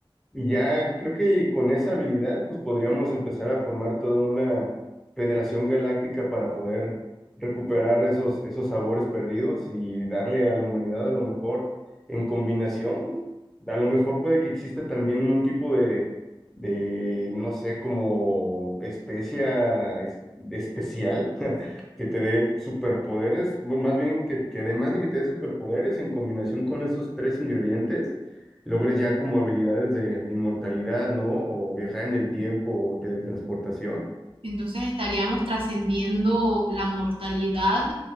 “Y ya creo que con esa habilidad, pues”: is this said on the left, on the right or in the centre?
Centre